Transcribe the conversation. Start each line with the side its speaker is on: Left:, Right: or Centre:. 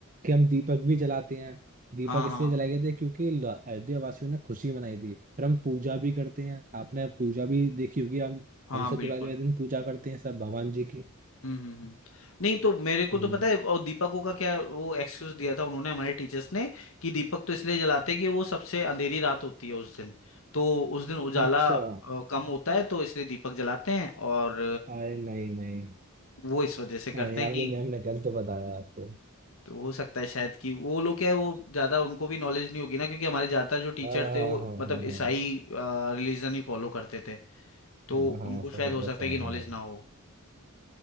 Right: कि हम दीपक भी जलाते हैं दीपक
Left: हाँ
Right: इसलिए
Left: हाँ
Right: जलाए गए थे क्योंकि ल- अयोध्या वासियों ने खुशी मनाई थी फिर हम पूजा भी करते हैं आपने पूजा भी देखी होगी हम
Left: हाँ
Right: हमसे
Left: बिल्कुल
Right: दिवाली वाले दिन पूजा करते हैं सब भगवान जी की
Left: हम्म हम्म, हम्म। नहीं तो मेरे को
Right: हम्म
Left: तो पता है और दीपकों का क्या वो एक्सक्यूज दिया था उन्होंने हमारे टीचर्स ने कि दीपक तो इसलिए जलाते हैं कि वो सबसे अंधेरी रात होती है उस दिन तो उस दिन उजाला
Right: अच्छा
Left: अ, कम होता है तो इसलिए दीपक जलाते हैं और
Right: अरे नहीं नहीं
Left: वो इस वजह से करते
Right: अरे
Left: हैं
Right: आपकी
Left: कि
Right: मैम ने गलत बताया आपको
Left: तो हो सकता है शायद कि वो लोग क्या है वो ज्यादा उनको भी नॉलेज नहीं होगी ना क्योंकि हमारे ज्यादातर जो टीचर
Right: हाँ हाँ
Left: थे वो
Right: हाँ
Left: मतलब
Right: हाँ
Left: ईसाई रिलीजन ही फॉलो करते थे तो
Right: हाँ हाँ
Left: उनको
Right: हाँ, समझ
Left: शायद हो
Right: गया
Left: सकता
Right: समझ
Left: है कि नॉलेज
Right: गया
Left: ना हो